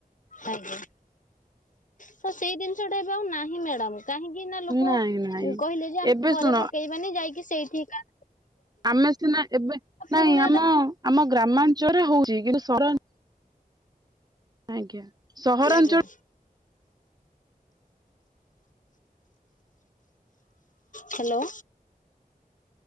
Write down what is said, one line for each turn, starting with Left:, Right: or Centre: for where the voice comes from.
Left: ହଁ। ତ ସେଇ ଜିନିଷଟା ଏବେ ଆଉ ନାହିଁ ମ୍ୟାଡାମ କାହିଁକି ନା ଲୋକ
Right: ନାଇଁ ନାଇଁ
Left: କହିଲେ ଯେ ଆମେ
Right: ଏବେ
Left: ଘରେ
Right: ଶୁଣ
Left: ପକେଇ ମାନେ ଯାଇକି ସେଇଠିକା
Right: ଆମେ ସିନା ଏବେ
Left: ପୁରୁଣା
Right: ନାଇଁ ଆମ
Left: ଟା
Right: ଆମ ଗ୍ରାମାଞ୍ଚଳରେ ହଉଛି କିନ୍ତୁ ସହରାଞ୍ଚଳ ଆଜ୍ଞା ସହରାଞ୍ଚଳ
Left: ଆଜ୍ଞା ହ୍ୟାଲୋ